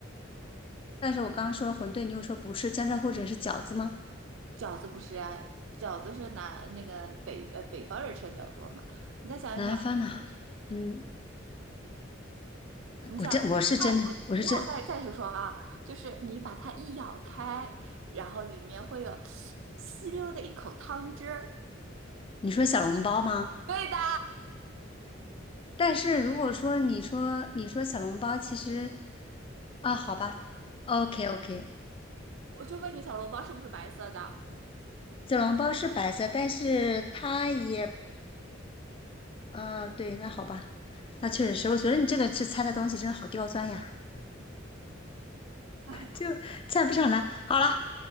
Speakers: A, on the left; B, on the right.
A: 但是我刚刚说了馄饨，你又说不是江浙沪者是饺子吗？
B: 饺子不是啊？饺子是南那个北呃北方人吃的比较多嘛？你再想一想，
A: 南方呢？嗯，
B: 你想，
A: 我真我是真的，
B: 它，我那我再再去说啊，
A: 我是真，
B: 就是你把它一咬开，然后里面会有吸溜的一口汤汁儿。
A: 你说小笼包吗？
B: 对的，
A: 但是如果说你说你说小笼包，其实啊，好吧，OK OK，
B: 我就问你，小笼包是不是白色的？
A: 小笼包是白色，但是它也，呃，对，那好吧，那确实是，我觉得你这个这猜的东西真的好刁钻呀，
B: 哎呀，
A: 就猜不上来。好了，